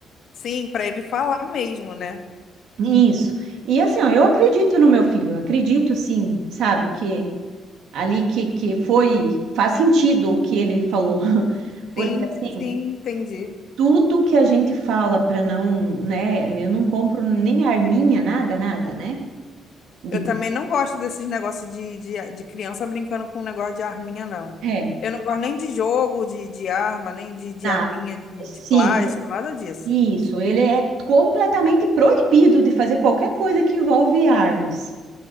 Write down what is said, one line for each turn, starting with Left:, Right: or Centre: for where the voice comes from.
Left: Sim, para ele falar mesmo, né?
Right: Isso. E assim, ó, eu acredito no meu filho, eu acredito, sim, sabe, que ali que, que foi. Faz sentido o que ele falou. <laughs> Porque,
Left: Sim,
Right: assim,
Left: sim, entendi.
Right: tudo que a gente fala para não, né? Eu não compro nem arminha, nada, nada, né? De,
Left: Eu também não gosto desses negócios de, de, de criança brincando com um negócio de arminha, não.
Right: é,
Left: Eu não gosto nem de jogo, de, de arma, nem de, de
Right: nada.
Left: arminha, de,
Right: Sim,
Left: de plástico, nada disso.
Right: isso. Ele é completamente proibido de fazer qualquer coisa que envolve armas.